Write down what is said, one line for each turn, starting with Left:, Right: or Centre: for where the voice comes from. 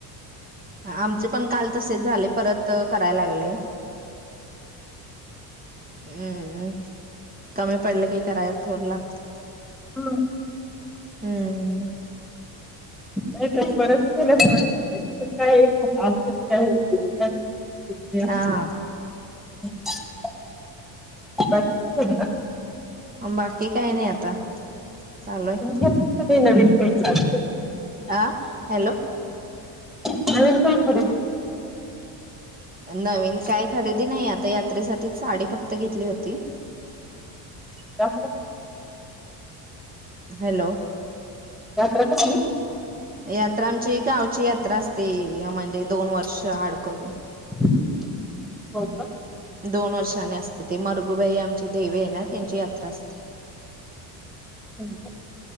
Right: आमचे पण काल तसेच झाले, परत कराय लागले हम्म. कमी पडलं की कराया थोड लागत.
Centre: हं.
Right: हम्म.
Centre: नाही ते बरच केलं <unintelligible> काय ग कसं काय
Right: हा
Centre: <unintelligible> बाकी काय म्हणता?
Right: बाकी काय नाही आता. काम हाय.
Centre: तुम्ही घेतली नवीन काय चालू.
Right: अह हॅलो.
Centre: नवीन काही तरी.
Right: नवीन काय खरेदी नाही आता यात्रेसाठी साडी फक्त घेतली होती.
Centre: त्या <unintelligible>
Right: हॅलो.
Centre: यात्रा कसली?
Right: यात्रा आमची गावची यात्रा असते या म्हणजे दोन वर्ष आड करून.
Centre: हो का.
Right: दोन वर्षानी असते ते मरगूबाई आमचे देवे आहे ना त्यांची यात्रा असते.
Centre: हो.